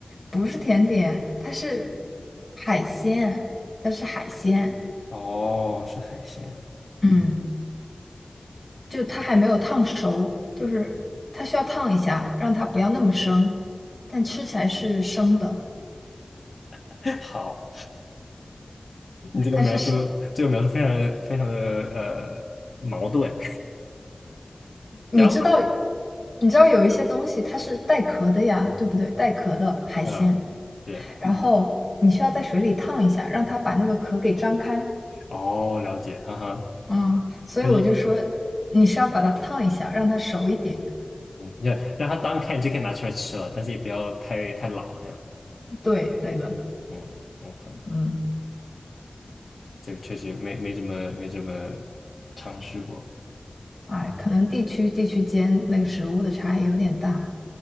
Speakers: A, on the left; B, on the left.
A: 不是甜点，它是海鲜，它是海鲜，
B: 哦，是海鲜，
A: 嗯，就它还没有烫熟，就是它需要烫一下，让它不要那么生，但吃起来是生的，
B: <laughs> 好。你这个描述，
A: 它是生，
B: 这个描述非常的非常的呃矛盾。
A: 你知道，
B: 不要老
A: 你知道有一些东西它是带壳的呀，对不对？带壳的海鲜，
B: 嗯，对，
A: 然后你需要在水里烫一下，让它把那个壳给张开，
B: 哦，了解，哈哈。
A: 嗯，所以我就说你是要把它烫一下，
B: 但是，
A: 让它熟一点，
B: 嗯，要让它当你就可以拿出来吃了，但是也不要太太老这样。
A: 对，对的，
B: 嗯，OK，
A: 嗯。
B: 这个确实没没怎么没怎么尝试过。
A: 哎，可能地区地区间那个食物的差异有点大。